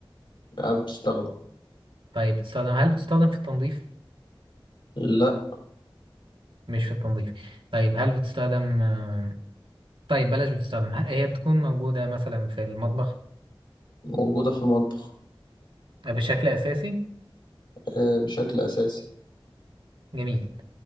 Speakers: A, on the left; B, on the right.
A: لا بتستخدم
B: طيب بتستخدم هل بتستخدم في التنظيف
A: لا
B: مش في التنظيف طيب هل بتستخدم آه، طيب بلاش بتستخدم هي بتكون موجودة مثلا في المطبخ
A: موجودة في المطبخ
B: بشكل أساسي
A: آه، بشكل أساسي
B: جميل